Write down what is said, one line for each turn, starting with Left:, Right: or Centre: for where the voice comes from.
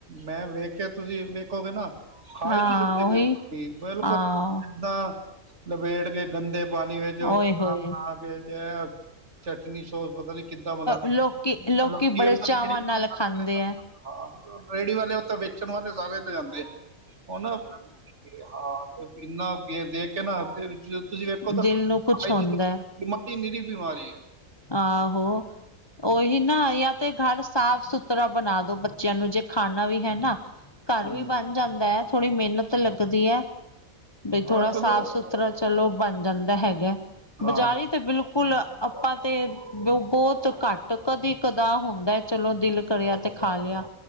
Right: ਮੈਂ ਵੇਖ ਕੇ ਤੁਸੀਂ ਵੇਖੋਗੇ ਨਾ ਖਾ
Left: ਹਾਂ
Right: ਈ ਨੀ ਸਕਦੇ
Left: ਉਹੀ
Right: ਵੇਖਕੇ ਬਿਲਕੁਲ
Left: ਹਾਂ
Right: ਏਦਾਂ ਲਬੇੜ ਕੇ ਗੰਦੇ ਪਾਣੀ ਵੇਚ ਓ
Left: ਓਏ
Right: ਬਣਾ
Left: ਹੋਏ
Right: ਬਣਾ ਕੇ, ਜੇਅ ਚਟਨੀ ਸੋਸ ਪਤਾ ਨੀ ਕਿੱਦਾਂ ਬਣਾਦੇ
Left: ਲੋਕੀ
Right: ਨੇ
Left: ਲੋਕੀ
Right: ਮਤਲਬ <unintelligible>
Left: ਬੜੇ ਚਾਵਾਂ ਨਾਲ ਖਾਂਦੇ ਹੈ
Right: ਹਾਂ, ਰੇੜੀ ਵਾਲੇ ਓਥੇ ਵੇਚਣ ਵਾਲੇ ਸਾਰੇ ਈਤੇ ਜਾੰਦੇ, ਓਹ ਨਾ ਤੇ ਹਾਂ, ਤੇ ਇੰਨਾ ਗੇ ਦੇਖ ਕੇ ਨਾ ਜੋ ਤੁਸੀਂ ਵੇਖੋ ਤੋ
Left: ਦਿਲ
Right: ਖਾ
Left: ਨੂੰ ਕੁਛ
Right: ਈ
Left: ਹੁੰਦਾ
Right: ਨੀ ਸਕਦੇ।
Left: ਹੈ।
Right: ਬਿਮਾਰੀ ਨੀਰੀ ਬਿਮਾਰੀ ਐ।
Left: ਆਹੋ। ਓਹੀ ਨਾ ਯਾ ਤੇ ਘਰ ਸਾਫ-ਸੁਥਰਾ ਬਣਾ ਦੋ ਬੱਚਿਆਂ ਨੂੰ, ਜੇ ਖਾਣਾ ਵੀ ਹੈ ਨਾ। ਘਰ
Right: ਹਾਂ
Left: ਵੀ ਬਣ ਜਾਂਦੈ, ਥੋੜ੍ਹੀ ਮੇਨਤ ਲੱਗਦੀ ਐ। ਬਈ
Right: ਹਾਂ
Left: ਥੋੜਾ
Right: ਚਲੋ
Left: ਸਾਫ਼-ਸੁਥ ਤਰ੍ਹਾਂ ਚਲੋ ਬਣ ਜਾਂਦਾ ਹੈਗੈ।
Right: ਹਾਂ
Left: ਬਜ਼ਾਰੀ ਤਾਂ ਬਿਲਕੁਲ ਅਪਾਂ ਤੇ ਬੇ ਬੌਤ ਘੱਟ, ਕਦੀ-ਕਦਾ ਹੁੰਦੈ ਚਲੋ ਦਿਲ ਕਰਿਆ ਤੇ ਖਾ ਲਿਆ।